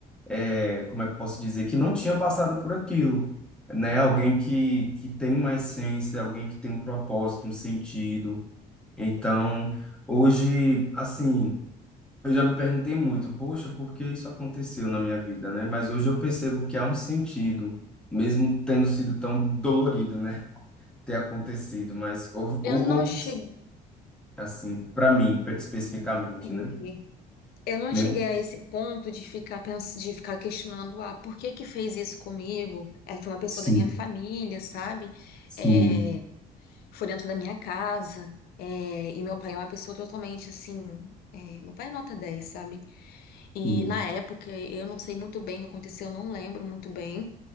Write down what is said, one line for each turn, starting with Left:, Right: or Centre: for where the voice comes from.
Centre: é, como é que eu posso dizer, que não tinha passado por aquilo, né? Alguém que, que tem uma essência, alguém que tem um propósito, um sentido. Então, hoje, assim. Eu já me perguntei muito, poxa, por que isso aconteceu na minha vida, né? Mas hoje eu percebo que há um sentido, mesmo tendo sido tão dolorido, né? Ter acontecido, mas houve,
Left: Eu
Centre: hou-
Left: não
Centre: houve,
Left: cheguei,
Centre: assim, para mim, pe- especificamente,
Left: Entendi.
Centre: né?
Left: eu não
Centre: Mesmo...
Left: cheguei a esse ponto de ficar pens... de ficar questionando, ah, por que que fez isso comigo? É, foi uma pessoa
Centre: Sim,
Left: da minha família, sabe?
Centre: sim,
Left: É, foi dentro da minha casa. É, e meu pai é uma pessoa totalmente assim. é, meu pai é nota 10, sabe? E
Centre: sim,
Left: na época eu não sei muito bem o que aconteceu, eu não lembro muito bem.